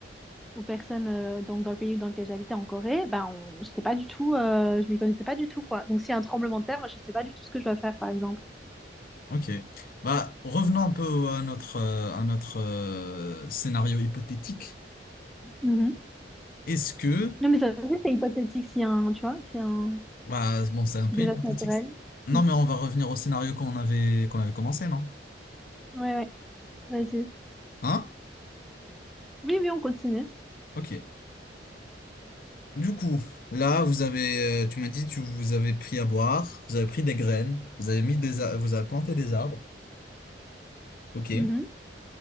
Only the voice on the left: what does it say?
Ok. Bah, revenons un peu à notre, euh, à notre euh, scénario hypothétique.
Est-ce que,
bah, bon, c'est un peu
hypothétique.
Non,
mais on va revenir au scénario qu'on avait, qu'on avait commencé, non?
Hein?
Ok. Du coup, là, vous avez, euh, tu m'as dit, tu vous avez pris à boire, vous avez pris des graines, vous avez mis des, ar- vous avez planté des arbres. Ok.